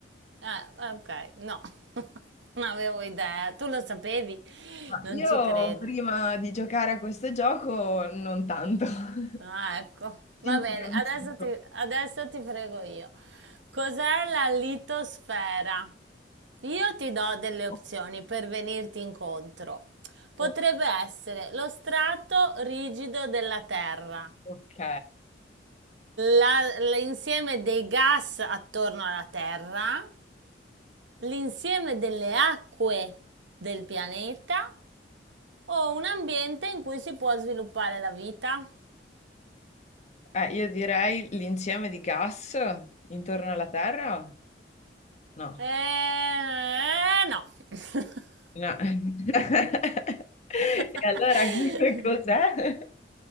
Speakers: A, on the right (about 85°); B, on the left (about 40°).
A: Eh, ok, no, <laughs> non avevo idea. Tu lo sapevi?
B: Ma
A: Non
B: io
A: ci credo.
B: prima di giocare a questo gioco non tanto, <laughs>
A: Ah, ecco.
B: si
A: Va
B: impara
A: bene,
B: un
A: adesso
B: sacco.
A: ti, adesso ti frego io. Cos'è la litosfera? Io ti do delle opzioni
B: O-
A: per venirti incontro. Potrebbe
B: o-
A: essere lo strato rigido della Terra,
B: Ok,
A: la- l'insieme dei gas attorno alla Terra, l'insieme delle acque del pianeta o un ambiente in cui si può sviluppare la vita.
B: Eh, io direi l'insieme di gas intorno alla Terra? No.
A: Eh, eh, no. <laughs>
B: No. <laughs> E
A: <laughs>
B: allora <laughs> cos'è?